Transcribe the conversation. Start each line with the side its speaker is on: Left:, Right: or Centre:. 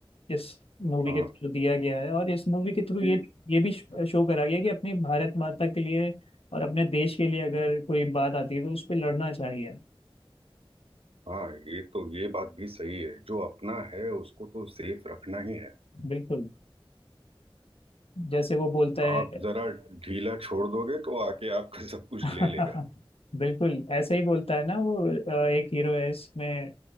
Left: इस मूवी
Right: हाँ
Left: के थ्रू दिया गया है और इस मूवी के थ्रू
Right: कि
Left: ये ये भी शो करा गया कि अपनी भारत माता के लिए और अपने देश के लिए अगर कोई बात आती है तो उस पर लड़ना चाहिए
Right: हाँ ये तो ये बात भी सही है जो अपना है उसको तो सेफ रखना ही है
Left: बिल्कुल जैसे वो बोलता है
Right: आप जरा ढीला छोड़ दोगे तो आके आपका सब कुछ
Left: <laughs>
Right: ले लेगा
Left: बिल्कुल ऐसे ही बोलता है ना वो अ, एक हीरो है इसमें